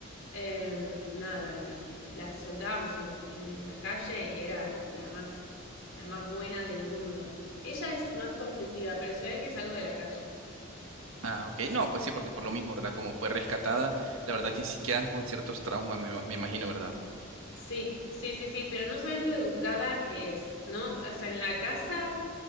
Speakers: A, on the left; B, on the right.
A: eh, nada, la, la soltábamos en, en la calle y era la más, la más buena del mundo. Ella es más conflictiva, pero se ve que es algo de la calle.
B: Ah, ok, no, pues sí, porque por lo mismo, ¿verdad? Como fue rescatada, la verdad que sí quedan con ciertos traumas, me, me imagino, ¿verdad?
A: Sí, sí, sí, sí, pero no sabes lo educada que es, ¿no? O sea, en la casa